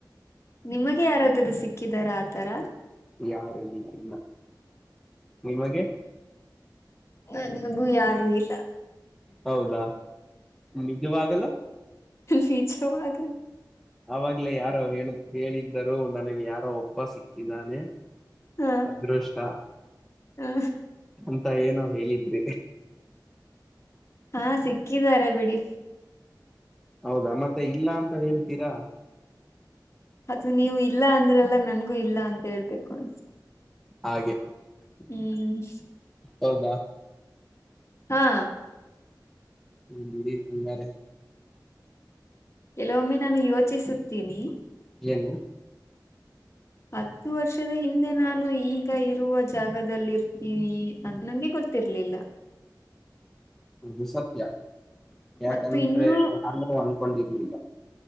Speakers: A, on the left; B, in the centre.
A: ನಿಮಗೆ ಯಾರಾದರುೂ ಸಿಕ್ಕಿದಾರ ಆತರ
B: ಯಾರು ಇಲ್ಲ ಇಲ್ಲ ನಿಮಗೆ
A: ನ ನಗೂ ಯಾರು ಇಲ್ಲ
B: ಹೌದಾ ನಿಜವಾಗಲ್ಲ
A: ನಿಜವಾಗ್ಲೂ
B: ಆಗ್ಲೇ ಯಾರೋ ಹೇಳ ಹೇಳಿದ್ದರೂ ನನಗೆ ಯಾರೋ ಒಬ್ಬ ಸಿಕ್ಕಿದ್ದಾನೆ
A: ಹ
B: ಅದೃಷ್ಟ
A: ಹ
B: ಅಂತ ಏನೋ ಹೇಳಿದ್ರಿ
A: ಹಾ ಸಿಕ್ಕಿದ್ದಾರೆ ಬಿಡಿ
B: ಹೌದಾ ಮತ್ತೆ ಇಲ್ಲ ಅಂತ ಹೇಳ್ತೀರಾ
A: ಅದು ನೀವು ಇಲ್ಲ ಅಂದ್ರೆಲ್ಲ ನನ್ಗೂ ಇಲ್ಲ ಅಂತ ಹೇಳ್ಬೇಕು ಅನ್
B: ಹಾಗೆ
A: ಹ್ಮ್
B: ಹೌದಾ.
A: ಹಾ
B: ಹ್ಮ ಅರೆ.
A: ಕೆಲವೊಮ್ಮೆ ನಾನು ಯೋಚಿಸುತ್ತೇನಿ.
B: ಏನು.
A: ಹತ್ತು ವರ್ಷದ ಹಿಂದೆ ನಾನು ಈಗ ಇರುವ ಜಾಗದಲ್ಲಿ ಇರ್ತೀನಿ ಅ ನಂಗೆ ಗೊತ್ತ ತಿರ್ಲಿಲ್ಲ
B: ದು ಸತ್ಯ ಯಾಕಂದ್ರೆ
A: ಮತ್ತು ಇನ್ನೂ
B: ನಾನು ಅನ್ಕೊಂಡಿರ್ಲಿಲ್ಲ